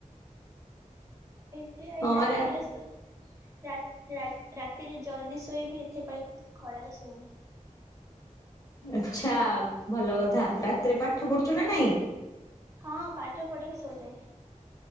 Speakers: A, on the right; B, on the left.
A: ଦେଖିଆ ଏଇ
B: ହଁ
A: ରାତିିର
B: ରା
A: ସୋ ରା ରା ରାତିରେ ଜଲ୍ଦି ଶୋଇବି ଏଥିପାଇଁ ଖରାରେ ଶୋଉନି।
B: ଆଛା ଭଲ କଥା ରାତିରେ ପାଠ ପଢୁଛୁ ନା ନାଇଁ?
A: ହଁ ପାଠ ପଢି କି ଶୋଇଯାଏ।